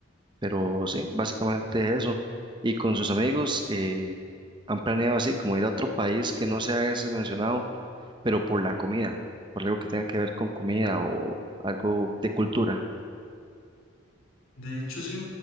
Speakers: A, on the right (about 20°); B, on the left (about 80°).
A: pero sí, básicamente eso. Y con sus amigos eh, han planeado así, como ir a otro país que no sea ese mencionado, pero por la comida, por algo que tenga que ver con comida o algo de cultura.
B: De hecho, sí,